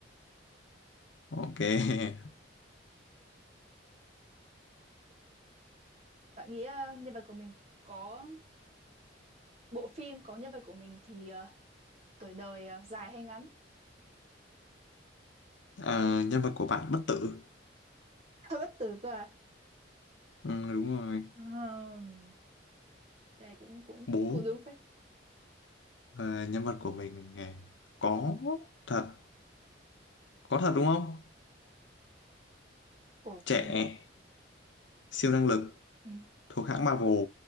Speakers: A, on the left; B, on the right.
A: Ok. <laughs>
B: Bạn nghĩ ờ, nhân vật của mình có bộ phim có nhân vật của mình thì ờ, tuổi đời ờ, dài hay ngắn?
A: Ờ, nhân vật của bạn bất tử.
B: <laughs> hơi Bất tử cơ à?
A: Ừ, đúng rồi.
B: Ừm, cái này cũng cũng
A: Bố.
B: cũng cũng đúng phết
A: Ờ, nhân vật của mình à, có thật. Có thật đúng không?
B: của của
A: Trẻ.
B: mình.
A: Siêu năng lực.
B: Ừ.
A: Thuộc hãng Marvel.